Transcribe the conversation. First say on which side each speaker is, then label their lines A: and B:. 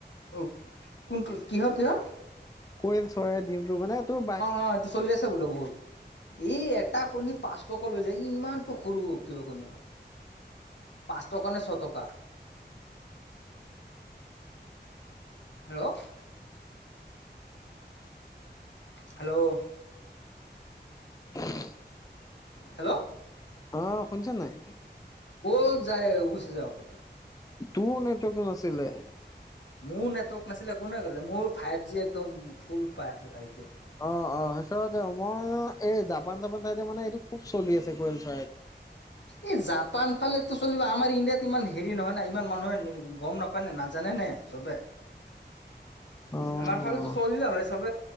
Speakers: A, on the left; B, on the left.
A: অ কোনটো কিহৰ ক
B: কইল চৰাই দিম ত মানে তোৰ ব
A: অ চলি আছে বোলে বহুত এই এটা কণী পাঁচ ক লৈ যায় ইমানতটো সৰু কিবা কণী হত পাঁচ টকা নে ছ টকা হেল্ল' হেল্ল'
B: <unintelligible>
A: হেল্ল'
B: বাহ অ' শুনিছ নাই
A: অ যায় উচে যা কথা
B: তোৰ নেটৱৰ্কত নাছিলে
A: মোৰ নেটৱৰ্ক নাছিলে কোনে কলে মোৰ ফাইভ জি একদম ফুল পাই আছে ফাইভ জি
B: অ অ সেইচতে মই এই জাপান জাপান চাই মানে এইটো খুব চলি আছে কেল চ
A: এই জাপান ফালে টো চলিব আমাৰ ইণ্ডিয়াত ইমান হেৰি নহয় নাই ইমান মানুহে গম নাপায় নে নাজানে নে চবে
B: অ'
A: আমাৰ ফালেতো চলিল হয় চব